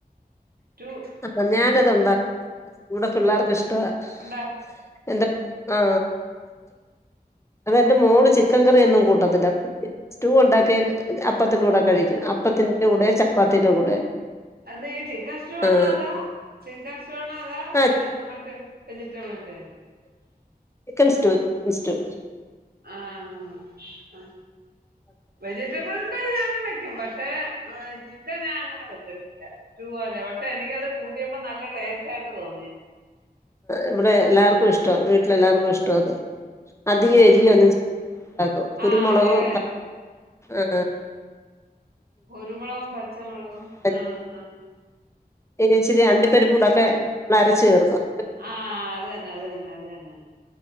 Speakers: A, on the right; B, on the left.
A: സ്റ്റു
B: അത ഞാനത്ണ്ടാക്ക ഇവിടെ പിള്ളേർക്ക ഇഷ്ടം ഇപ്പ
A: ഉണ്ടാ
B: എന്താ ആ അതെന്റെ മോള് ചിക്കൻ കറി ഒന്നും കൂട്ടത്തില്ല സ്റ്റൂ ഉണ്ടാക്കിയ അപ്പത്തിന്റെ കൂടെ കഴിക്കും അപ്പത്തിന്റെ കൂടെ ചപ്പാത്തിറെ കൂടെ
A: അത് ഈ ചിക്കൻ സ്റ്റോ ആണോ
B: ആഹ്
A: അതാ ചിക്കൻ സ്റ്റോ ആണോ അതാെജ
B: ആഹ്
A: മറ്റ വെജിറ്റബിൾ ഉണ്ട്.
B: ചിക്കൻ സ്റ്റോവ ച സ്റ്റോ
A: ആഹ വെജിറ്റബിൾ ഉന്തഞ വെക്കും പക്ഷെ ചിക്കൻ ഞാൻങ്ങനെ വെച്ചിട്ടില്ല പക്ഷെ എനിക്കത് കൂട്ടിയ ഇപ്പൊ നല്ല ടേസ്റ്റ് ആയിട്ട് തോന്നി
B: ഇവിടെ എല്ലാർക്കും ഇഷ്ടോ വീട്ടിലെല്ലാർക്കും ഇഷ്ടം അത്
A: ഉം,
B: അധിക എരി
A: ഉം.
B: ഒന്നും ആക്കും
A: ആ
B: കുരുമുളകും
A: അത് ഞാൻ-
B: ആഹ
A: കുരുമുളകവും പച്ചമുളവും
B: പച്ചമുളകും
A: ആഹ ആഹ
B: ഇച്ചിരി അണ്ടിപ്പരിപ്പൂടൊക്കെ നരച്ച കേീർക്കും
A: ആഹ അത് തന്നെ അത് തന്നെ അത് തന്നെ